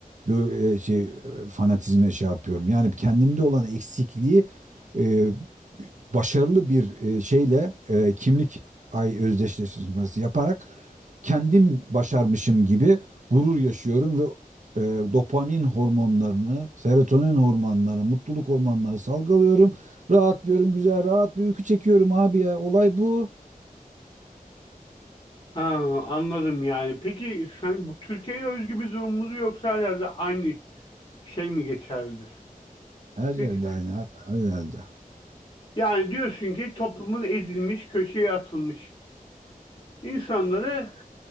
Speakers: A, on the right; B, on the left.
A: böyle şey e, fanatizme şey yapıyorum. Yani kendimde olan eksikliği e, başarılı bir e, şeyle e, kimlik ay özdeşleştirmesi yaparak kendim başarmışım gibi gurur yaşıyorum ve e, dopamin hormonlarını, serotonin hormonları, mutluluk hormonları salgılıyorum. Rahatlıyorum, güzel rahat bir uyku çekiyorum abi ya. Olay bu.
B: Ha, anladım yani. Peki hani bu Türkiye'ye özgü bir durum mudur yoksa her yerde aynı şey mi geçerlidir?
A: Her yerde
B: Peki
A: aynı abi, her yerde.
B: yani diyorsun ki toplumun ezilmiş, köşeye atılmış insanları